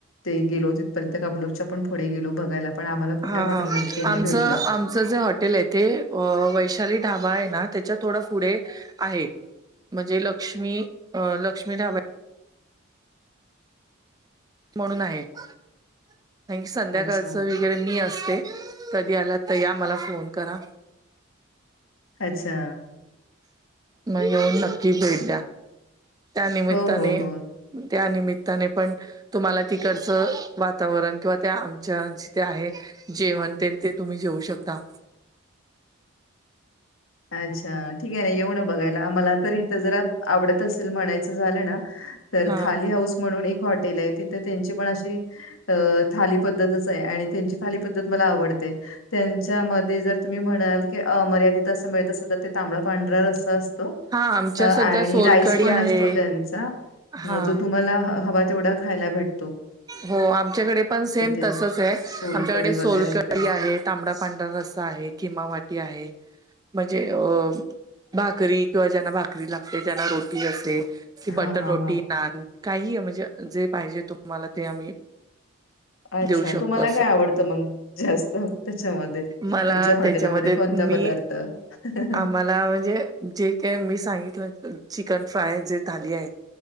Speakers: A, on the left; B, on the right.
A: ते गेलो तिथपर्यंत कमनूरच्या पण पुढे गेलो बघायला पण आम्हाला. कुठल्याच
B: हां
A: हॉटेलमध्ये
B: हां
A: ते नाही
B: आमचं
A: भेटलं.
B: आम जे हॉटेल आहे ते वैशाली ढाबा आहे ना त्याच्या थोडा पुढे आहे. म्हणजे लक्ष्मी लक्ष्मी ढाब. म्हणून आहे काय संध्याकाळच
A: अच्छा,
B: वे वगैरे मी असते तधी आला तर या मला फोन करा.
A: अच्छा.
B: म येऊन नक्की भेट द्या त्यानिमित्ताने.
A: हो, हो, हो.
B: त्या निमित्ताने पण. तुम्हाला तिकडचं वातावरण किंवा त्या आमच्या जिथे आहे जेवन तेन ते तुम्ही जेऊ शकता.
A: अच्छा! ठीक आहे ना येऊ ना बघायला मला तर इथं जरा आवडत असेल म्हणायचं झालं ना तर
B: हा
A: थाली हाऊस म्हणून एक हॉटेल आहे तिथे त्यांची पण अशी अ थाली पद्धतच आहे आणि त्यांची थाली पद्धत मला आवडते. त्यांच्यामध्ये जर तुम्ही म्हणाल की मर्यादित असं मिळत असल तर ते तांबड पांढरा रस्सा अस.
B: हा आमच्या
A: अ आणि
B: सध्या सोलकडी
A: राईस पण
B: आहे
A: असतो त्यांचा.
B: हा
A: म जो तुम्हाला हवा तेवढा खायला भेट
B: हो आमच्याकडे पण सेम
A: ते
B: तसच आहे.
A: सोलकढी
B: आमच्याकडे सोलकढी
A: वगैरे ते.
B: आहेत. तांबडा पांढरा रस्सा आहे खिमा वाटी आहे. म्हणजे अ भाकरी किंवा ज्यांना भाकरी लागते ज्यांना रोटी असते. कि बटर
A: हां, हां,
B: रोटी,
A: हां.
B: नान काहीही म्हणजे जे पाहिजे तुम्हाला ते आम्ही <inaudible>
A: अच्छा!
B: शकतो
A: तुम्हाला
B: असं
A: काय आवडत मग जास्त त्याच्यामध्ये?
B: मला
A: तुमच्या हॉटेलमध्ये
B: त्याच्यामध्ये
A: कोणता
B: मी
A: पदार्थ तर
B: आम्हाला म्हणजे जे ते मी सांगितलं ना चिकन फ्राय जे थाली आहे